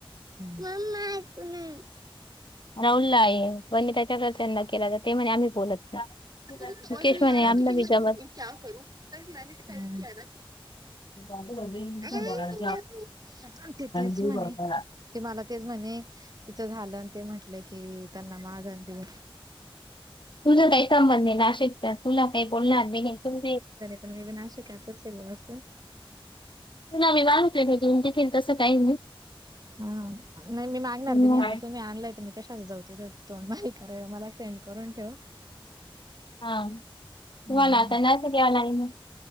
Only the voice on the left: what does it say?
राहुलला आहे पण मी त्याच्याकडेच त्यांना केला तर ते म्हणे आम्ही बोलत नाही.
मुकेश
म्हणे
आम्हाला
बी
जमत
न
गे
बतार <unintelligible>
तुझ काही संबंध आहे नाशिकचा तुला काही बोलणार नाही तु
तुला मी <unintelligible> बहतोय भघून देखील तसं काही
पण
मग
हा तुम्हाला
आता नाशिकला यावं लागलं ना.